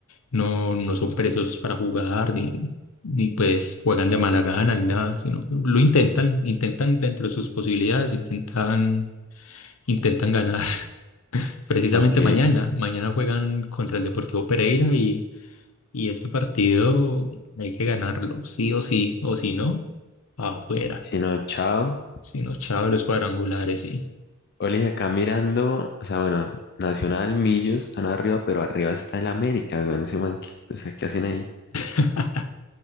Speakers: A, on the left (about 80°); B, on the left (about 50°).
A: no, no son perezosos para jugar, ni, ni pues juegan de mala gana, ni nada, sino que lo intentan, intentan dentro de sus posibilidades, intentan, intentan ganar. <laughs> Precisamente
B: ok,
A: mañana, mañana juegan contra el Deportivo Pereira y, y ese partido hay que ganarlo, sí o sí, o si no, afuera.
B: si no, chao.
A: Si no, chao, los cuadrangulares, sí.
B: Oli, acá mirando, o sea, bueno, Nacional, Millos están arriba, pero arriba está el América, weón, ese man, ¿qué, o sea, ¿qué hacen ahí?
A: <laughs>